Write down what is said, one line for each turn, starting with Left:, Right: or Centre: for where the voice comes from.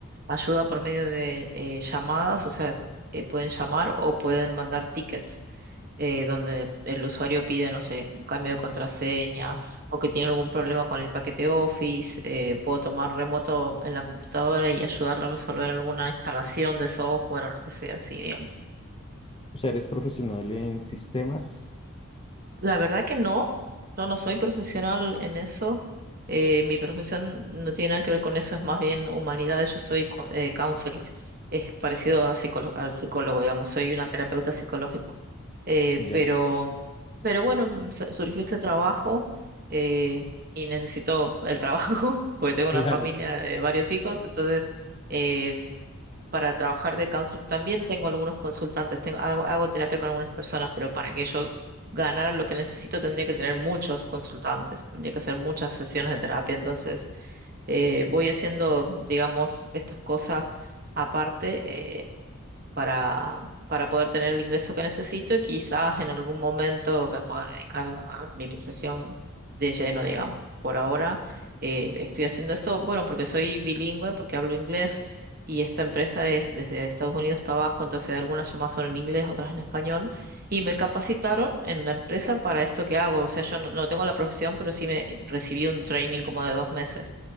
Right: ayuda por medio de eh, llamadas, o sea, eh, pueden llamar o pueden mandar tickets eh, donde el usuario pide, no sé, un cambio de contraseña o que tiene algún problema con el paquete Office, eh, puedo tomar remoto en la computadora y ayudarle a resolver alguna instalación de software o lo que sea, así, digamos.
Left: O sea, eres profesional en sistemas,
Right: La verdad que no, yo no soy profesional en eso. eh, mi profesión no tiene nada que ver con eso, es más bien humanidades. Yo soy co- eh, counselor, es parecido a psicólo- al psicólogo, digamos, soy una terapeuta psicológica. Eh,
Left: ya.
Right: pero, pero bueno, mm, su- surgió este trabajo eh, y necesito el trabajo <laughs> porque tengo
Left: Claro.
Right: una familia de varios hijos. Entonces, em, para trabajar de counselor también tengo algunos consultantes. Tengo, hago, hago terapia con algunas personas, pero para que yo ganara lo que necesito tendría que tener muchos consultantes, tendría que hacer muchas sesiones de terapia. Entonces, eh, voy haciendo, digamos, estas cosas aparte. eh, para, para poder tener el ingreso que necesito y quizás en algún momento me pueda dedicar a mi profesión de lleno, digamos. Por ahora eh, estoy haciendo esto, bueno, porque soy bilingüe, porque hablo inglés y esta empresa es desde Estados Unidos hasta abajo, entonces algunas llamadas son en inglés, otras en español y me capacitaron en la empresa para esto que hago. O sea, yo no, no tengo la profesión, pero sí me recibí un training como de dos meses.